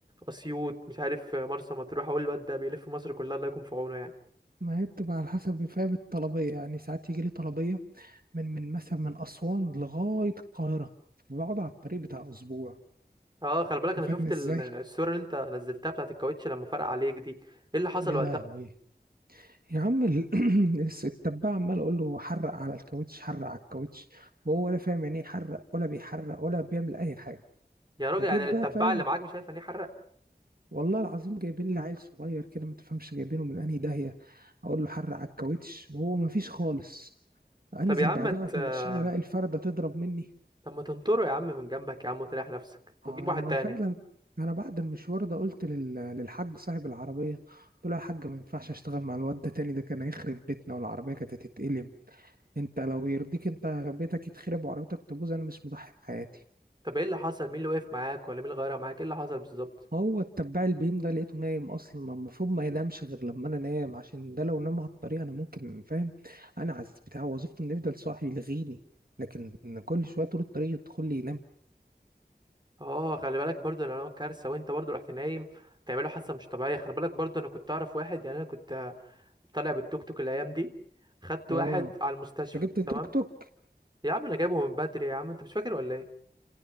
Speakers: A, on the right (about 25°); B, on the right (about 60°).
A: اسيوط مش عارف مرسى مطروح اقول الواد ده بيلف مصر كلها الله يكون في عونه يعني
B: ما هي بتبقى على حسب فاهم الطلبية يعني ساعات يجي لي طلبية من من مثلا من أسوان لغاية القاهرة فبقعد على الطريق بتاع أسبوع
A: اه خلي بالك
B: أنت
A: انا
B: فاهم
A: شفت
B: ازاي
A: ال- الصوره اللي انت نزلتها بتاعت الكاوتش لما فرق عليك دي ايه اللي حصل
B: يا
A: وقتها
B: لهوي يا عم ال- <clears throat> التبع عمال أقول له حرق على الكاوتش حرق على الكاوتش وهو ولا فاهم يعني ايه حرق ولا بيحرق ولا بيعمل أي حاجة
A: يا
B: فجيت
A: راجل يعني
B: بقى
A: التبع
B: فاهم
A: اللي معاك مش عارف يعني إيه حرق
B: والله العظيم جايبين لي عيل صغير كده ما تفهمش جايبينه من انهي داهيه اقول له حر على الكاوتش وهو ما فيش خالص انزل
A: طب يا عم
B: بعدها
A: ما ت-
B: واحنا ماشيين الاقي الفرده تضرب مني
A: طب ما تنطره يا عم من جنبك يا عم وتريح نفسك وتجيب
B: انا
A: واحد تاني
B: فعلا انا بعد المشوار ده قلت لل... للحاج صاحب العربيه قلت له يا حاج ما ينفعش اشتغل مع الواد ده تاني ده كان هيخرب بيتنا والعربيه كانت هتتقلب انت لو يرضيك انت بيتك يتخرب وعربيتك تبوظ انا مش مضحي بحياتي
A: طب ايه اللي حصل مين اللي وقف معاك ولا مين اللي غيرها معاك ايه اللي حصل بالظبط
B: هو التبع البيم ده لقيته نايم اصلا ما المفروض ما ينامش غير لما انا نام عشان ده لو نام على الطريق انا ممكن فاهم انا عز بتاع وظيفته انه يفضل صاحي يلغيني لكن كل شويه طول الطريق يدخل لي ينام
A: اه خلي بالك برضو لو كارثه وانت برضو رحت نايم تعمله حادثه مش طبيعيه خلي بالك برضو انا كنت اعرف واحد يعني انا كنت طالع بالتوك توك الايام دي خدت واحد
B: اه
A: على المستشفى
B: انت جبت توك
A: تمام
B: توك
A: يا عم انا جايبه من بدري يا عم انت مش فاكر ولا ايه